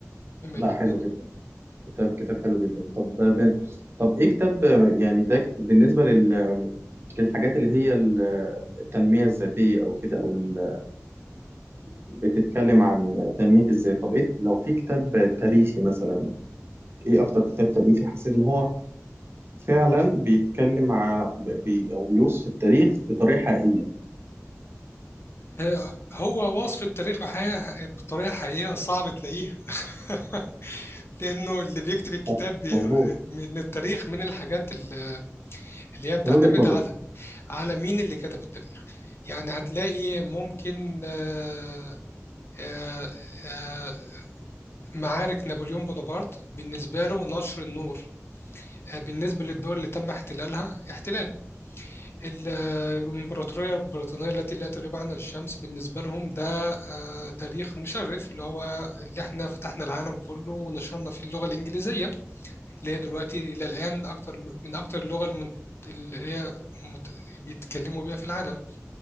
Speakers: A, on the right; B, on the left.
A: لا
B: جدا
A: حلو جدا كتاب كتاب حلو جدا طب ب... طب إيه كتاب آه، يعني ده بالنسبة لل للحاجات اللي هي ال- التنمية الذاتية أو كده أو ال... بتتكلم عن تنمية الذات طب ايه لو في كتاب تاريخي مثلا ايه اكتر كتاب تاريخي حسيت ان هو فعلا بيتكلم ع... بي... او بيوصف التاريخ بطريقة حقيقية
B: آه، هو وصف التاريخ بحقيقة بطريقة حقيقية صعب تلاقيها <laughs> لأنه اللي بيكتب الكتاب
A: صح
B: بير-
A: مظبوط
B: من التاريخ من الحاجات ال- اللي هي بتعتمد
A: من وجهة نظري
B: على على مين اللي كتب التاريخ يعني هتلاقي ممكن آه، آه، آه، معارك نابليون بونابرت بالنسبة له نشر النور آه، بالنسبة للدول اللي تم احتلالها احتلال الإمبراطورية البريطانية التي لا تغيب عنها الشمس بالنسبة لهم ده آه، تاريخ مشرف اللي هو اللي احنا فتحنا العالم كله ونشرنا فيه اللغة الإنجليزية اللي هي دلوقتي إلى الآن أكتر من أكتر اللغة المن- اللي هي مت- بيتكلموا بيها في العالم